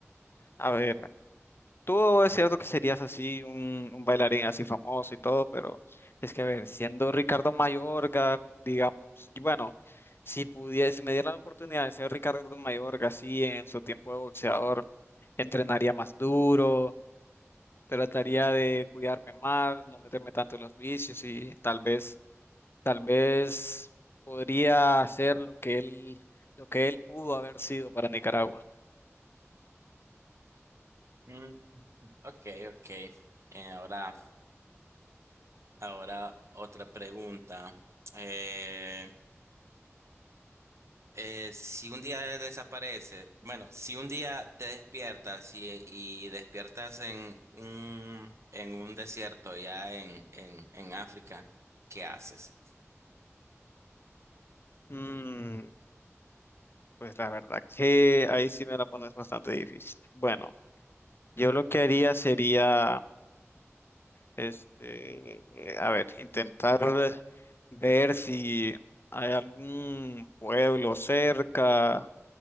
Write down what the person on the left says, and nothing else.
a ver, tú es cierto que serías así un, un bailarín así famoso y todo, pero es que, a ver, siendo Ricardo Mayorga, digamos, y bueno, si pudiese, si me diera la oportunidad de ser Ricardo Mayorga así en su tiempo de boxeador, entrenaría más duro trataría de cuidarme más, no meterme tanto en los vicios y tal vez, tal vez podría hacer lo que él, lo que él pudo haber sido para Nicaragua.
Mm, pues la verdad que ahí sí me la pones bastante difícil. Bueno, yo lo que haría sería, este, a ver, intentar ver si hay algún pueblo cerca